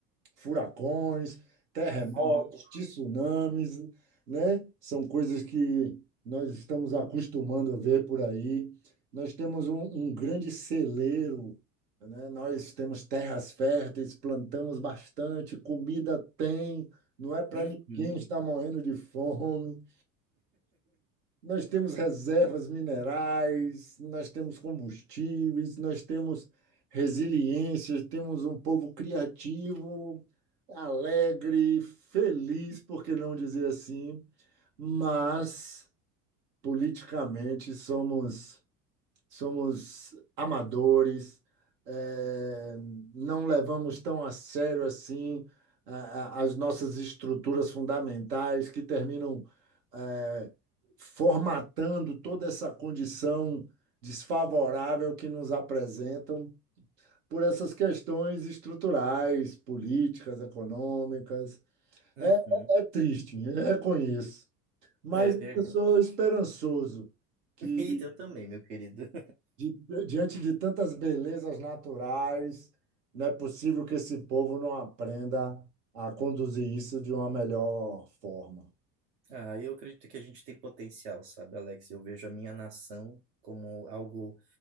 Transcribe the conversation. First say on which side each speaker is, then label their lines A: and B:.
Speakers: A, on the right (about 85°); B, on the right (about 65°).
A: furacões, terremotos,
B: <laughs>
A: tsunamis, né? São coisas que nós estamos acostumando a ver por aí. Nós temos um, um grande celeiro, né? Nós temos terras férteis, plantamos bastante, comida tem, não é para
B: Uhum,
A: ninguém
B: uhum,
A: estar morrendo de fome. Nós temos reservas minerais, nós temos combustíveis, nós temos resiliência, temos um povo criativo, alegre, feliz, por que não dizer assim, mas politicamente somos somos amadores, eh, não levamos tão a sério assim a- a- as nossas estruturas fundamentais que terminam eh, formatando toda essa condição desfavorável que nos apresentam por essas questões estruturais, políticas, econômicas.
B: uhum.
A: É, é é triste, eu reconheço, mas
B: É verdade.
A: eu sou esperançoso que
B: <laughs> E eu também, meu querido.
A: Di- diante de tantas belezas naturais, não é possível que esse povo não aprenda a conduzir isso de uma melhor forma.
B: Ah, eu acredito que a gente tem potencial, sabe, Alex? Eu vejo a minha nação como algo,